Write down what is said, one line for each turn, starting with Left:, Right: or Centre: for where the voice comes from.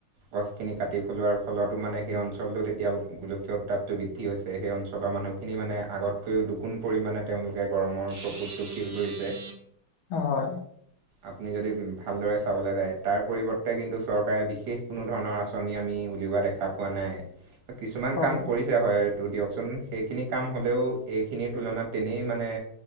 Right: গছখিনি কাটি পেলোৱাৰ ফলতো মানে সেই অঞ্চলটোত এতিয়া গোলকীয় উত্তাপটো বৃ দ্ধি হৈছে, সেই অঞ্চলৰ মানুহখিনি মানে আগতকৈও দুগুণ পৰিমাণে তেওঁলোকে গৰম মৰ প্ৰকোপটো ফিল কৰিছে।
Left: অ হয়।
Right: আপুনি যদি ভালদৰে চাবলে যায় তাৰ পৰিৱৰ্তে কিন্তু চৰকাৰে বিশেষ কোনো ধৰণৰ আঁচনি আমি উলিওৱা দেখা দেখা পোৱা নাই, কিছুমান
Left: হয়,
Right: কাম কৰি হয় এইটো দিয়কচোন, সেইখিনি কাম হলেও এইখিনিৰ তুলনাত তেনেই মানে